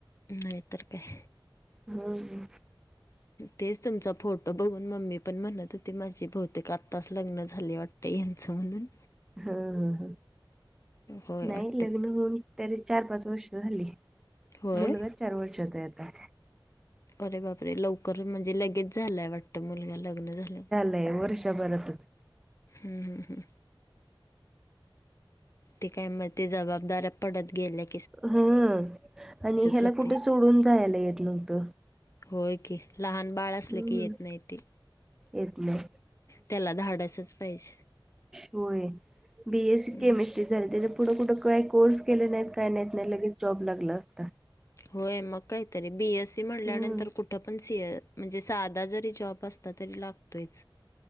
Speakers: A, on the left (about 35°); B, in the centre.
A: नाहींतरं कायं
B: हम्मं हम्मं
A: तेचं तुमचां फोटो बघूंन मम्मी पणं म्हणतं होती माझी बहुतेक आत्तांस लग्नं झाली वाटतं ते येचं म्हणूंन
B: हं
A: होय
B: नाहीं
A: वाटतं
B: लग्नं होऊंन ते चार पांच वर्ष झाली
A: होय
B: मुलगतं चार वर्षाचा आहे आंता
A: अरे बापरे लवकरं म्हणजे लगेच झालंय वाटतं मुलंगा लग्नं झाल्यावर
B: वर्ष भरांतच
A: हम्मं हम्मं हम्मं ते कायं मंग ते जबाबदाऱ्यां पडतं गेले
B: हां आणि ह्यांला
A: होते.
B: कुंठे सोडूंन जायलां येतं नव्हतं
A: होयं की लहांन बाळं असले
B: हम्म
A: की येतं नाहीं ते
B: येत नाही
A: त्यांला धाडसचं पाहिजे
B: होयं बीएसी
A: हं.
B: केमिस्ट्री झाली त्यांच्या पुढं कुठं कांहीं कोर्स केले नाहीं कांहीं नाहीेत नाहीं लगेच कुंठ जॉब लागंला असतां
A: होयं मंग कांहीतरी बीएस सी म्हटल्यानंतर
B: हम्म
A: कुठं तरी ठ पण सी ए म्हणजे साधा जरी जॉब असता तरी लागतोयच.